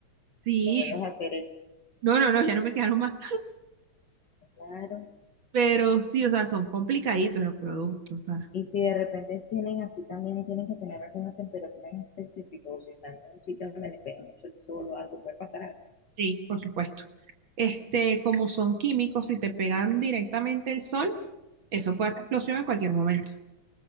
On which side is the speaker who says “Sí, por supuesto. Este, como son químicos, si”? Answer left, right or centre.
Right